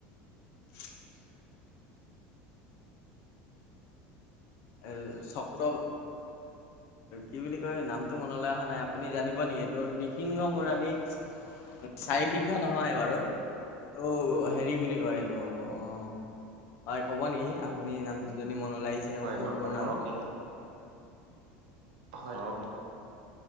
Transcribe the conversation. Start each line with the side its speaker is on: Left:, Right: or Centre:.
Left: <inaudible> এ চক্ৰ কি বুলি কয় নামটো মনলৈ অহা নাই আপুনি জানিব নেকি এইটো নিসিংহ মুৰাৰী? চাৰি সিদ্ধ নহয় বাৰু এইটো হেৰি বুলি কয় এইটো অ হয় ক'ব নেকি আপুনি নামটো যদি মনলে আহিছে?
Right: হয়
Left: অসুৰটোৰ
Right: নৰসিং
Left: নাম
Right: হয় নৰসি